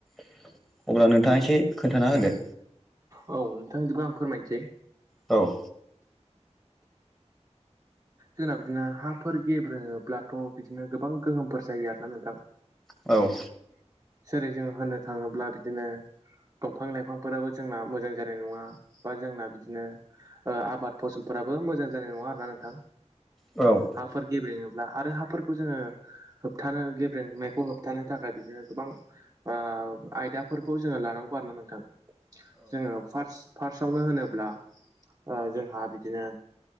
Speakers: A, in the centre; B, on the right (about 30°).
A: अब्ला नोंथांङा एसे खोन्थाना होदो।
B: औ नोंथां इदिबा आं फोरमायनोसै
A: औ
B: जोंना बिदिनो हाफोर गेब्रेंङोब्लाथ' बिदिनो गोबां गोहोमफोर जायो आरोना नोंथां।
A: औ
B: जेरै जों होननो थांङोब्ला बिदिनो दंफां लाइफांफोराबो जोंना मोजां जानाय नंङा बा जोंना बिदिनो ओ आबाद फसलफोरा बो मोजां जानाय नंङा आरो ना नोंथां।
A: औ
B: हाफोर गेब्रेंङोब्ला आरो हाफोरखौ जोंङो होबथानो गेब्रेंनायखौ होबथानो थाखाय बिदिनो गोबां ओ आयदाफोरखौ जोंङो लानांगौ आरोना नोंथां जोंङो फार्स फार्स्टआवनो होनोब्ला ओ जोंहा बिदिनो